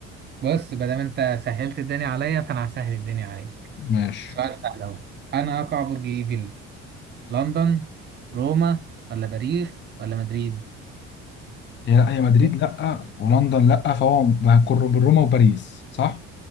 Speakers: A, on the right; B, on the left.
A: بص ما دام انت سهلت الدنيا عليا فانا هسهل الدنيا عليك
B: ماشي
A: سؤال سهل اهو انا اقع برج ايفل لندن روما ولا باريس ولا مدريد
B: هي لا هي مدريد
A: و-
B: لا ولندن لا فهو هيكون روما وباريس صح